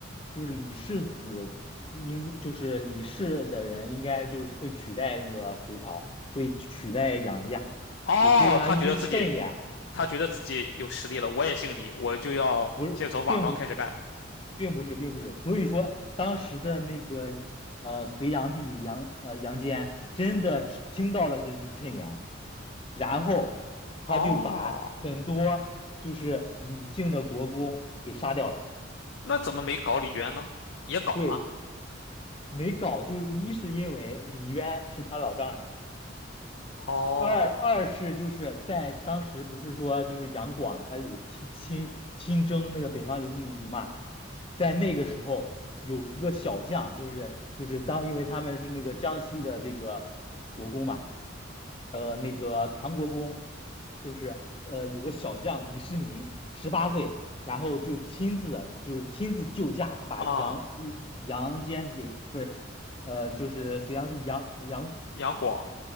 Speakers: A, on the left; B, on the left.
A: 就是李氏子应就是李氏的人应该就是会取代那个隋朝，会取代杨家，
B: 哦，
A: 有这样一句谶言，
B: 他觉得自己他觉得自己有实力了，我也姓李，我就要先从瓦岗开始干。
A: 不是，并不是，并不是，并不是，所以说当时的那个呃隋炀帝杨呃杨坚真的听到了这句谶言。然后他就把很多就是李姓的国公给杀掉了。
B: 哦，那怎么没搞李渊呢？也搞了。
A: 对，没搞，就是一是因为李渊是他老丈人，
B: 哦，
A: 二二是就是在当时不是说就是杨广他有亲亲亲征那个北方游牧民族嘛，在那个时候有一个小将，就是就是当因为他们是那个江西的这个国公嘛，呃那个唐国公，就是呃有个小将李世民十八岁，然后就亲自就是亲自救驾把杨
B: 啊，
A: 杨坚给不是呃就是隋炀帝杨杨。
B: 杨广，